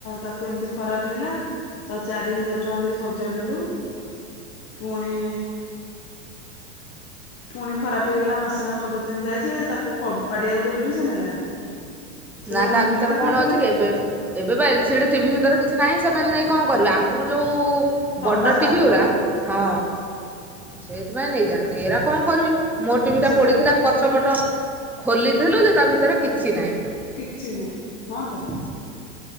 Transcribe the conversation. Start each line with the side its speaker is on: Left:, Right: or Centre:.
Left: ତାକୁ ଏମିତି ଖରାପ ହେଲା ତା ଚାରି ହଜାର ଟଙ୍କା ଦେଇ ସଜାଡିଲୁ ପୁଣି ଫୁଣି ଖରାପ ହେଇଗଲା ମାସେ ନା ପନ୍ଦର ଦିନ ଯାଏ ଯେ ତାକୁ କବାଡି ଆଉ ଦେଲୁ ବି ସେ ନେଲାନି। <unintelligible>
Centre: ନା ତା ଭିତରେ
Left: ନେଗେଟା
Centre: କଣ
Left: କରିବି
Centre: ଅଛି କି ଏବେ- ଏବେ ବା ଏଲସିଡି ଟିଭି ଭିତରେ କିଛି ନାହିଁ ସେମାନେ ନେଇ କଣ କରି ଆଗରୁ ଯୋଉ
Left: ତମ୍ବା
Centre: ବଡ ଟିଭି
Left: ତାର
Centre: ଗୁରା ହଁ। ସେଇଥିପାଇଁ ନେଇଯାଆନ୍ତି ଏରା କଣ କରିବେ ମୋର ଟିଭି ଟା
Left: ସେ
Centre: ପୋ
Left: କହିଲେ
Centre: ଡିଥିଲା ପଛ ପଟ ଖୋଲିଥିଲୁ ଯେ ତା ଭିତରେ କିଛି ନାହିଁ।
Left: କିଛି ନାହିଁ ହଁ ତ।
Centre: <inaudible>